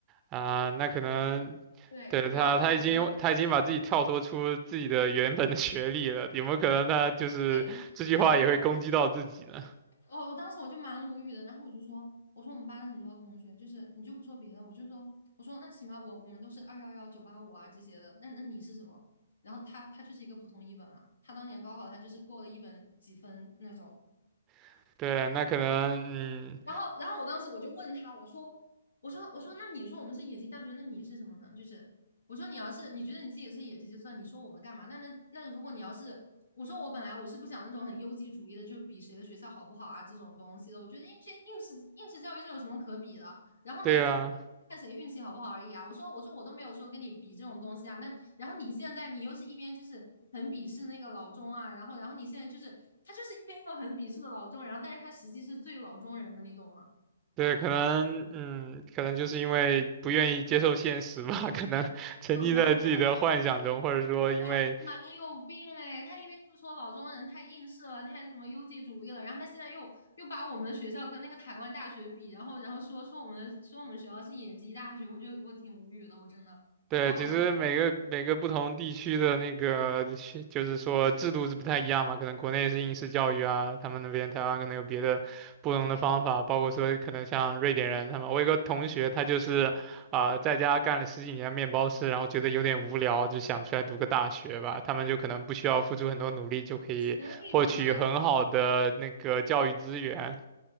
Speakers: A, on the right; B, on the left.
A: 啊，那可能
B: 对，
A: 对他，
B: 然后然后我说。
A: 他已经他已经把自己跳脱出自己的原本的学历了，有没有可能他就是这句话也会攻击到自己呢？
B: 对，当时我就，我我当时我就蛮无语的，然后我就说，我说我们班很多同学，就是你就不说别的，我就说，我说那起码我我们都是二幺幺、九八五啊这些的，那那你是什么？然后他他就是一个普通一本啊，他当年高考他就是过了一本几分那种，
A: <laughs> 对啊，那可能，嗯，
B: 然后，然后我当时我就问他，我说，我说，我说，那你说我们是野鸡大学，那你是什么呢？就是我说你要是你觉得你自己是野鸡就算，你说我们干嘛？那那那如果你要是我说我本来我是不想那种很优绩主义的，就比谁的学校好不好啊这种东西的，我觉得应届应试应试教育这有什么可比的？然后呢，
A: 对啊，
B: 就看谁运气好不好而已啊。我说我说我都没有说跟你比这种东西啊。那然后你现在你又是一边就是很鄙视那个老钟啊，然后然后你现在就是他就是一边又很鄙视的老钟，然后但是他实际是最老中人的，你懂吗？
A: 对，可能，嗯，可能就是因为不愿意接受现实吧，可能 <laughs> 沉溺在自己的幻想中，
B: 所以我觉得他真的，
A: 或者说因为
B: 我觉得他真的蛮有病哎。他一边就说老中人太映射了，太什么优绩主义了，然后他现在又又把我们的学校跟那个台湾大学比，然后然后说说我们的说我们学校是野鸡大学，我就我挺无语的，我真的。
A: 对，
B: 然后我当时
A: 其实每个每个不同地区的那个是就是说制度是不太一样嘛，
B: 想，
A: 可能国内是应试教育啊，他们那边台湾可能有别的不同的方法，
B: 对。
A: 包括说可能像瑞典人他们，我有个同学他就是啊、在家干了十几年面包师，然后觉得有点无聊，就想出来读个大学吧，他们就可能不需要付出很多努力就可以获取很好的那个教育资源，
B: 学历本来